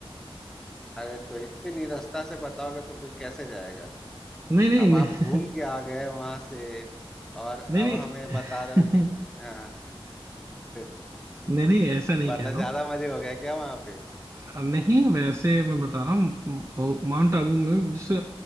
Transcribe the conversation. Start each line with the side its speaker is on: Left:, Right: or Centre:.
Centre: अरे तो इतनी रास्ता से बताओगे तो कोई कैसे जाएगा
Right: नहीं नहीं
Centre: अब
Right: नहीं
Centre: आप घूम के आ गए वहां से और अब
Right: नहीं नहीं
Centre: हमें
Right: <laughs>
Centre: बता रहे हो कि हाँ <laughs>
Right: नहीं नहीं ऐसा नहीं
Centre: मतलब
Right: कह रहा
Centre: ज्यादा मजे हो गया क्या वहां पे
Right: अ, नहीं वैसे मैं बता रहा हूँ माउंट आबू में जैसे